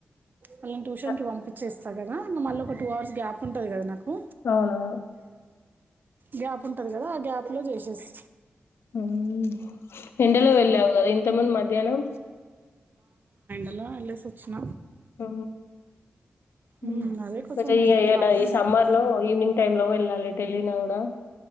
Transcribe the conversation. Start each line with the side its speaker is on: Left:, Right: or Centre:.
Right: వాళ్ళని టూషన్కి
Left: అ
Right: వంపించేస్తా గదా మళ్ళీ ఒక టూ అవర్స్ గ్యాప్ ఉంటది గదా నాకు
Left: అవునవును
Right: గ్యాప్ ఉంటది గదా ఆ గ్యాప్ లో జేసేస్
Left: ఊమ్ ఎండలో వెళ్ళావు గదా ఇంతముందు మధ్యాహ్నం
Right: అలా ఏల్లేసొచ్చిన
Left: ఆ మా
Right: ఉమ్, అదే కొంచెం
Left: మరి ఇగ
Right: ఎండలు బాగానే
Left: ఈ
Right: ఉన్నాయి
Left: సమ్మర్
Right: బయట
Left: లో ఈవినింగ్ టైమ్ లో వెళ్ళాలి ఎ ఎల్లినా గూడా